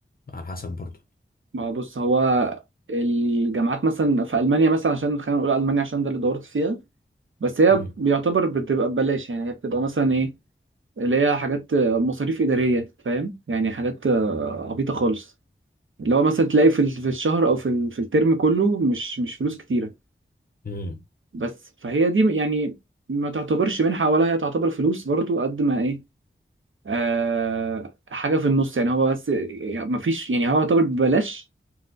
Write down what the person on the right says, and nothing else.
ما هو بص هو الجامعات مثلا في المانيا مثلا عشان خلينا نقول المانيا عشان ده اللي دورت فيها بس هي
بيعتبر بتبقى ببلاش يعني هي بتبقى مثلا ايه اللي هي حاجات مصاريف اداريه فاهم يعني حاجات آه، عبيطه خالص اللي هو مثلا تلاقي في ال- في الشهر او في ال- في الترم كله مش مش فلوس كتيره
بس فهي دي يعني ما تعتبرش منحه ولا هي تعتبر فلوس برضو قد ما ايه آه، حاجه في النص يعني هو بس يعني مفيش يعني هو يعتبر ببلاش